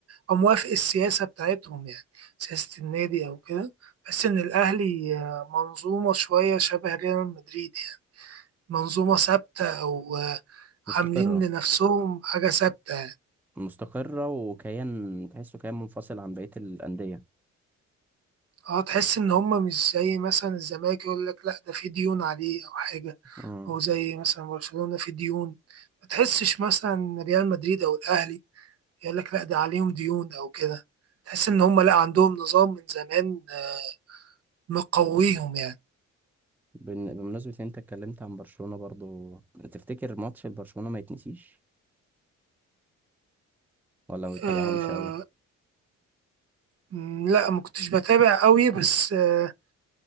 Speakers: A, on the right; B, in the centre.
A: أو موافق السياسة بتاعتهم يعني سياسة النادي أو كده بس إن الأهلي آه، منظومة شوية شبه ريال مدريد يعني منظومة ثابتة أو آه،
B: مستقرة
A: عاملين لنفسهم حاجة ثابتة يعني.
B: مستقرة وكيان تحسه كيان منفصل عن بقية الأندية
A: اه تحس ان هم مش زي مثلا الزمالك يقول لك لا ده في ديون عليه او حاجه
B: امم
A: او زي مثلا برشلونه في ديون ما تحسش مثلا إن ريال مدريد او الاهلي يقول لك لا ده عليهم ديون او كده تحس ان هم لا عندهم نظام من زمان آه، مقويهم يعني
B: بن- بمناسبة إن انت اتكلمت عن برشلونة برضو تفتكر ماتش البرشلونة ما يتنسيش ولا ما بتتابعهمش
A: أه
B: قوي
A: م، لا ما كنتش بتابع قوي بس أه